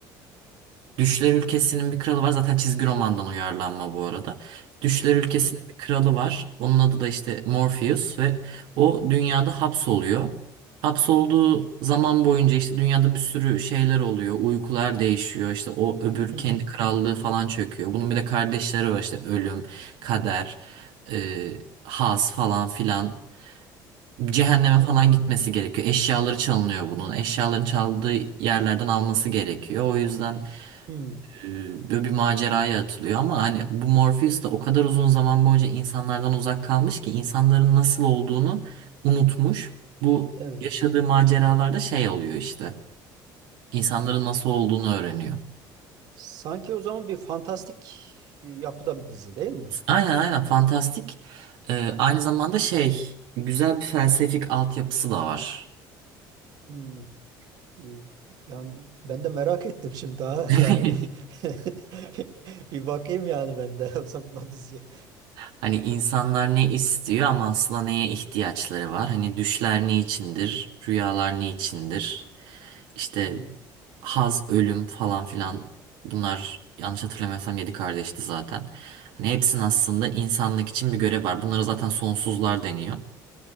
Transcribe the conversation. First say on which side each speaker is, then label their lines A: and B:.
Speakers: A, on the right; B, on the right.
A: Düşler Ülkesi'nin bir kralı var. Zaten çizgi romandan uyarlanma bu arada. Düşler Ülkesi'nin
B: Hı hı.
A: bir kralı var. Onun adı da işte Morpheus ve o dünyada hapsoluyor. Hapsolduğu zaman boyunca işte dünyada bir sürü şeyler oluyor. Uykular değişiyor. İşte o öbür
B: Hı
A: kendi
B: hı.
A: krallığı falan çöküyor. Bunun bir de kardeşleri var işte ölüm, kader, e, haz falan filan. Cehenneme
B: Hı.
A: falan gitmesi gerekiyor. Eşyaları çalınıyor bunun. Eşyaları çaldığı yerlerden alması gerekiyor. O yüzden
B: Hmm,
A: e, böyle bir maceraya atılıyor ama hani bu Morpheus da o kadar uzun zaman boyunca insanlardan uzak kalmış ki insanların nasıl olduğunu unutmuş. Bu
B: evet.
A: yaşadığı maceralarda şey oluyor işte. İnsanların nasıl olduğunu öğreniyor.
B: Sanki o zaman bir fantastik e, yapıda bir dizi değil mi?
A: Aynen aynen fantastik. E, aynı zamanda şey güzel bir felsefik altyapısı da var.
B: Hmm, e, yani ben de merak <laughs> ettim şimdi daha
A: <laughs>
B: yani. <laughs> Bir bakayım yani ben de <laughs> o zaman o diziye.
A: Hani insanlar ne istiyor ama aslında neye ihtiyaçları var? Hani düşler ne içindir? Rüyalar ne içindir? İşte
B: Hı hı,
A: Haz, Ölüm falan filan bunlar yanlış hatırlamıyorsam yedi kardeşti zaten. Hani hepsinin aslında insanlık için bir görev var. Bunlara zaten sonsuzlar deniyor.